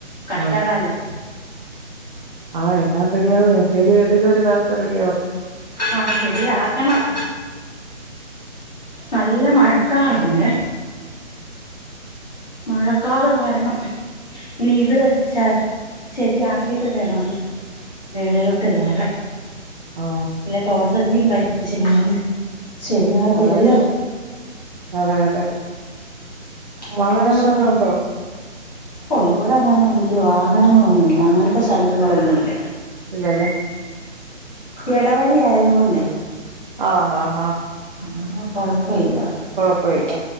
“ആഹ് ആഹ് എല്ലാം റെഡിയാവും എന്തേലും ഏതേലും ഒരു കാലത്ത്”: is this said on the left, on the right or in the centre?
Right